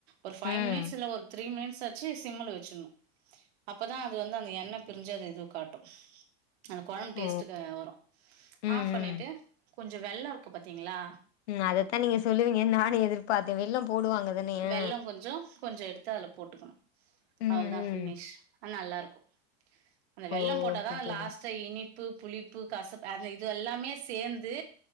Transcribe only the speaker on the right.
ஒரு ஃபைவ்
மினிட்ஸ் இல்ல ஒரு த்ரீ மினிட்ஸ் வச்சு சிம்முல வச்சுணோ அப்பதா அது வந்து அந்த எண்ணெ பிரிஞ்ச அது இது காட்டு அந்த கொழம் டேஸ்டுக்கு
வரு
ஆஃப் பண்ணிட்டு கொஞ்சோ வெல்லோ இருக்கு பாத்தீங்களா
வெல்லோ கொஞ்சோ கொஞ்சோ எடுத்து அதுல போட்டுக்கணோ
அவ்ள தா
ஃபினிஷ் அன் நல்லா இருக்கோ அந்த வெல்லம்
போட்டாதா
லாஸ்ட்டா இனிப்பு புளிப்பு கசப் அந்த இது எல்லாமே சேந்து